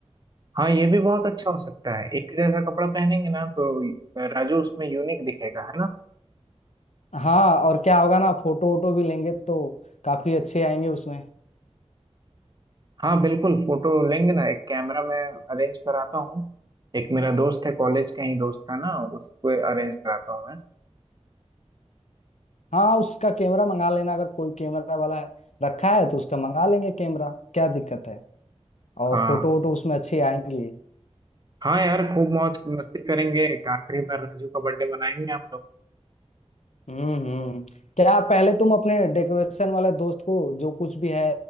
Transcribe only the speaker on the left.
हाँ और क्या होगा ना फोटो वोटो भी लेंगे तो काफी अच्छे आएंगे उसमें
हाँ उसका कैमरा मंगा लेना अगर कोई कैमरा वाला है रखा है तो उसका मंगा लेंगे कैमरा क्या दिक्कत है और
फोटो वोटो उसमें अच्छी आएंगी
हम्म हम्म। क्या पहले तुम अपने डेकोरेशन वाले दोस्त को जो कुछ भी है